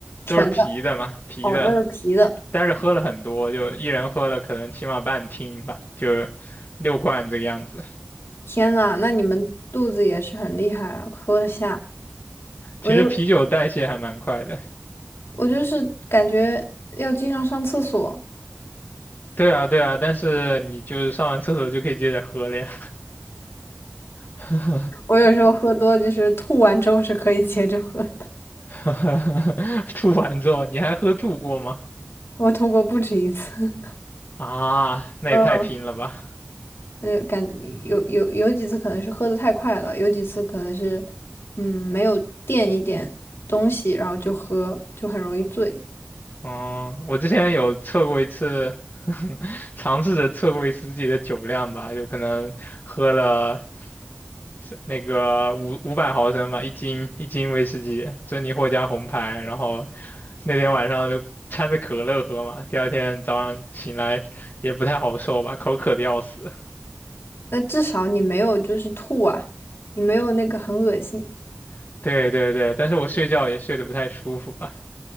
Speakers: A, on the left; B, on the left.
A: 纯的，
B: 都是啤的嘛，啤的，
A: 哦，都是啤的。
B: 但是喝了很多，就一人喝了可能起码半听吧，就六罐这个样子。
A: 天呐，那你们肚子也是很厉害啊，喝得下。我就。
B: 其实啤酒代谢还蛮快的，
A: 我就是感觉要经常上厕所。
B: 对啊对啊，但是你就是上完厕所就可以接着喝了呀。<laughs>
A: 我有时候喝多，就是吐完之后是可以接着喝的。
B: <laughs> 吐完之后你还喝吐过吗？
A: 我吐过不止一次，
B: 啊，那也太拼了吧！
A: <laughs> 嗯，呃，感有有有几次可能是喝的太快了，有几次可能是嗯没有垫一点东西，然后就喝，就很容易醉。
B: 哦，我之前有测过一次，<laughs> 尝试着测过一次自己的酒量吧，就可能喝了是那个五五百毫升吧，一斤一斤威士忌，珍妮获加红牌，然后那天晚上就掺着可乐喝嘛，第二天早上醒来也不太好受吧，口渴的要死。
A: 那至少你没有就是吐啊，你没有那个很恶心。
B: <laughs> 对对对，但是我睡觉也睡得不太舒服吧。